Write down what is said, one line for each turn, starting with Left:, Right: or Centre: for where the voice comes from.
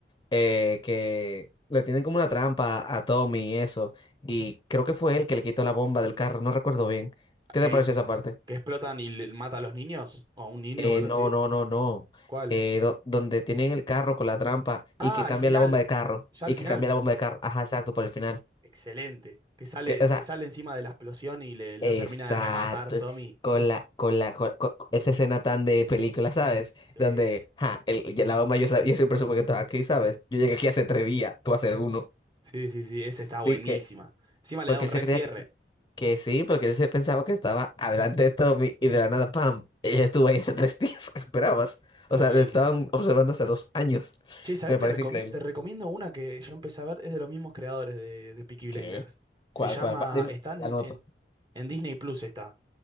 Left: eh, que le tienen como una trampa a Tommy y eso. Y creo que fue él que le quitó la bomba del carro, no recuerdo bien. ¿Qué
Right: Que,
Left: te pareció esa parte?
Right: que explotan y le- mata a los niños, o a un niño
Left: Eh,
Right: o algo
Left: no,
Right: así.
Left: no, no, no.
Right: ¿Cuál?
Left: Eh, do- donde tienen el carro con la trampa y
Right: Ah,
Left: que cambian
Right: al final,
Left: la bomba de carro
Right: ya
Left: y
Right: al final.
Left: que cambian la bomba de carro. Ajá, exacto, por el final.
Right: Excelente. Que sale,
Left: Que, o sea,
Right: que sale encima de la explosión y le, lo
Left: exacto.
Right: termina de rematar Tommy.
Left: Con la, con la, con, con esa escena tan de película, ¿sabes?
Right: Sí,
Left: Donde, ja, el- ya la bomba yo, sab- yo siempre supe que estaba aquí, ¿sabes? Yo llegué aquí hace tres días, tú hace uno.
Right: sí, sí, sí, esa está
Left: Dije,
Right: buenísima. Encima
Left: porque
Right: le da un
Left: él
Right: recierre.
Left: se creía que Que sí, porque él se pensaba que estaba adelante de Tommy y de la nada, ¡pam! Ella estuvo ahí hace tres <laughs> días que esperabas.
Right: Está
Left: O sea,
Right: buenísimo.
Left: le estaban observando hace dos años.
Right: Che, ¿sabés?
Left: Me
Right: Te
Left: parece
Right: recomi-
Left: increíble.
Right: te recomiendo una que yo empecé a ver, es de los mismos creadores de, de Peaky Blinders.
Left: ¿Qué? ¿Cuál,
Right: Se llama,
Left: cuál? Pa- Dime,
Right: está en,
Left: la anoto.
Right: en- en Disney Plus está.